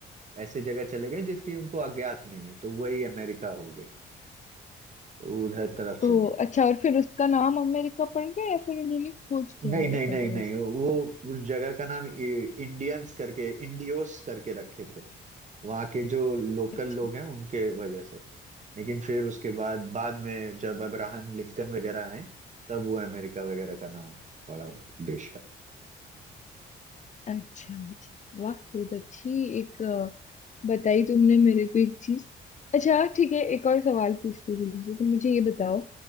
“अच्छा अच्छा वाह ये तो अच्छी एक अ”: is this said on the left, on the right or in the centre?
Left